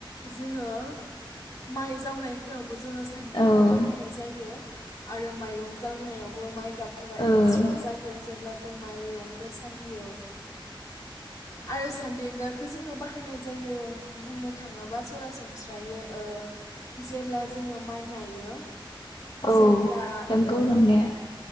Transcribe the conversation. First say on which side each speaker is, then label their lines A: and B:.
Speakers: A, on the left; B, on the left.
A: जोङो माइ जावनायफ्राव जोङो सानद्रिखो
B: औ
A: बा हायनाय जायो। आरो माइरं जावनायावबो माइ गाबफोरा
B: औ
A: एक्सट्रा जायो जेब्ला जों माइरंखो सालियो आरो सान्देंगाखो जोङो बाहायनाय जायो बुंनो थाङोबा सरासनस्रायै ओ जेब्ला जोङो माइ नायो
B: औ
A: जेब्ला
B: नंगौ
A: ओ
B: नंनाया।